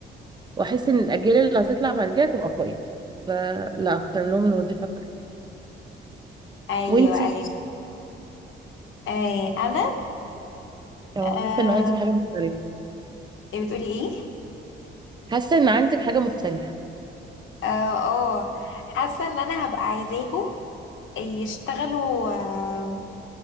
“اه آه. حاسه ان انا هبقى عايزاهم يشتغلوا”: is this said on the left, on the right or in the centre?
Left